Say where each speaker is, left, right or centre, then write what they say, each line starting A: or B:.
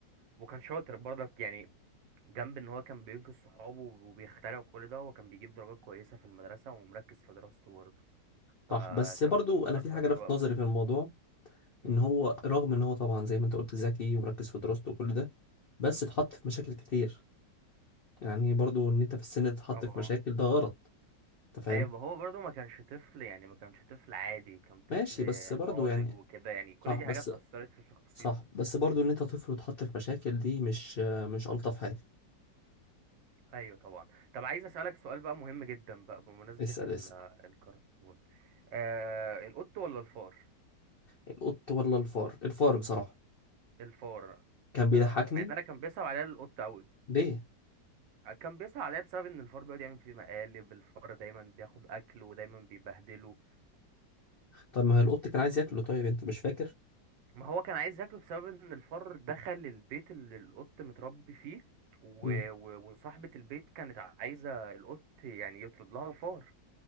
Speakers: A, on the right; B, on the left.
A: وكان شاطر برضك يعني جنب ان هو كان بينقذ صحابه وبيخترع كل ده هو كان بيجيب درجات كويسة في المدرسة ومركز في دراسته برضه فكان
B: صح بس برضو انا
A: كرتون
B: في حاجه
A: حلو
B: لفت
A: قوي
B: نظري في الموضوع
A: مم.
B: ان هو رغم ان هو طبعا زي ما انت قلت ذكي ومركز في دراسته وكل ده بس اتحط في مشاكل كتير يعني برضو ان انت في السن ده تتحط
A: اه
B: في مشاكل ده غلط انت فاهم
A: ايوه هو برضه ما كانش طفل يعني ما كانش طفل عادي كان طفل
B: ماشي بس برضو
A: ناضج
B: يعني
A: وكده يعني كل
B: صح
A: دي
B: بس
A: حاجات أثرت في شخصيته
B: صح بس برضو ان انت طفل وتحط في مشاكل دي مش مش الطف حاجه
A: ايوه طبعا طب عايز أسألك سؤال بقى مهم جدا بقى بمناسبة
B: اسال
A: ال-
B: اسال
A: آه، الكرتون آه القط ولا الفار
B: القط ولا الفار الفار بصراحه
A: الفار
B: كان بيضحكني
A: اه مع ان انا كان بيصعب عليا القط قوي
B: ليه
A: كان بيصعب عليا بسبب ان الفار بيقعد يعمل فيه مقالب الفار دايما بياخد اكل ودايما بيبهدله
B: طب ما هو القط كان عايز ياكله طيب انت مش فاكر
A: ما هو كان عايز ياكله بسبب ان الفار دخل البيت اللي القط متربي فيه و...
B: مم.
A: و... وصاحبة البيت كانت عايزة القط يعني يطرد لها الفار